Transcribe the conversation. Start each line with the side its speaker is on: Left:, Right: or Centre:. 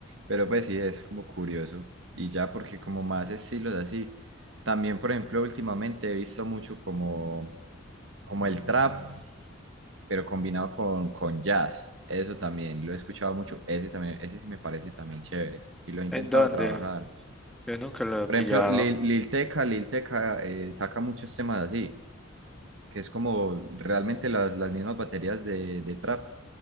Right: Pero pues sí, es como curioso. Y ya, porque como más estilos así. También, por ejemplo, últimamente he visto mucho como, como el trap. pero combinado con, con jazz. Eso también lo he escuchado mucho. Ese también, ese sí me parece también chévere. Y lo he intentado
Centre: ¿En dónde?
Right: trabajar.
Centre: Yo nunca lo he
Right: Por
Centre: pillado.
Right: ejemplo, Lil, Lil Tecca, Lil Tecca, eh, saca muchos temas así, que es como realmente las, las mismas baterías de, de trap,